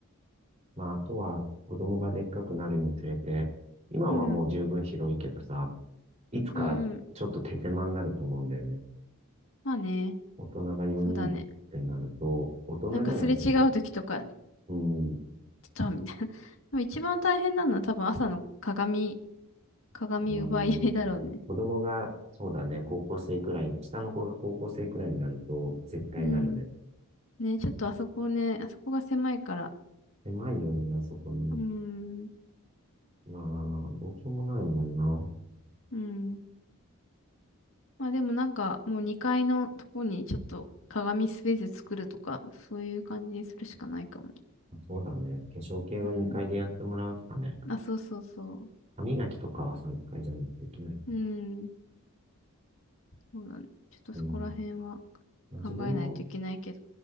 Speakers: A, on the right; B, on the left.
A: まああとは子供がでっかくなるにつれて、今はもう十分広いけどさ、
B: うん。
A: いつかちょっと手狭になると思うんだよね。
B: うんうん。まあね。
A: 大人が4人ってなると、
B: そうだね。
A: 大人じゃないけど、
B: なんかすれ違う時とか、ちょ
A: うん、
B: っとみたいな。<laughs> でも一番大変なのは多分朝の鏡、鏡奪い合いだろうね。
A: あー子供が、そうだね、高校生くらい、下の子が高校生くらいになると、絶対なるね。
B: うん。ね、ちょっとあそこね、あそこが狭いから。
A: 狭いよね、あそこね。
B: うん。
A: まあ、どうしようもないもんな。
B: うん。まあでもなんかもう2階のとこにちょっと鏡スペース作るとか、そういう感じにするしかないかも。
A: そうだね。化粧系は2回でやってもらうとかね。
B: うん。あ、そうそうそ
A: 歯磨きとかは3回じゃないとできない。
B: う。うん。そうだね。ちょっとそこら辺は
A: うん。まあ、
B: 考えないといけないけど。
A: 自分も